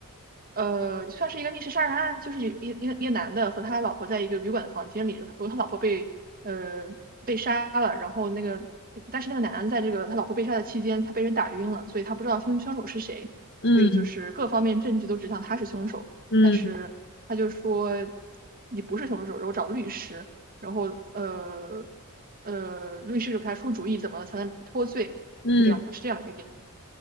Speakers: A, on the right; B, on the left.
A: 呃，算是一个密室杀人案，就是有一一一个男的和他老婆在一个旅馆的房间里，然后他老婆被呃被杀了，然后那个但是那个男的在这个他老婆被杀的期间，他被人打晕了，所以他不知道凶凶手是谁，
B: 嗯
A: 所以就是各方面证据都指向他是凶手，
B: 嗯
A: 但是他就说自己不是凶手，然后找律师，然后呃呃律师就给他出主意怎么才能脱罪，
B: 嗯
A: 是这样是这样一个电影。